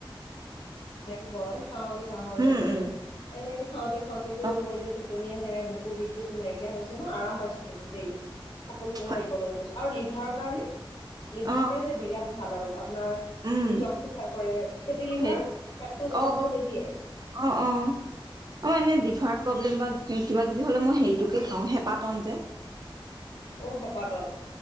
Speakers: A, on the left (about 75°); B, on the right (about 45°).
A: এনেকে গৰম খাওঁ আৰু চাহৰ
B: উম,
A: লগত,
B: উম,
A: এনেকে খাওঁতে খাওঁতেতো
B: অ,
A: মোৰ এতিয়া টোপনি আহে, বুকুৰ বিষ টো নাইকিয়া হৈছে মই আৰাম পাইছো। দেই সকলোকে
B: হয়,
A: ৰিকমেন্ট কৰিছো আৰু লিভাৰ কাৰণে, লিভাৰৰ
B: অ,
A: কাৰণে যে বিৰাট ভাল আৰু তাক আপোনাৰ
B: উম,
A: ডিটক্সিফাই কৰে, ফেটি লিভাৰ
B: সেইটোৱে
A: ফেটটো জমা
B: অ
A: হ'ব নিদিয়ে
B: অ অ অ এনে ডিভাৰ প্ৰব্লেম কিবা-কিবি হ'লে মই হেৰিটোকে খাওঁ হেপাতন যে
A: অ হেঁপাতল।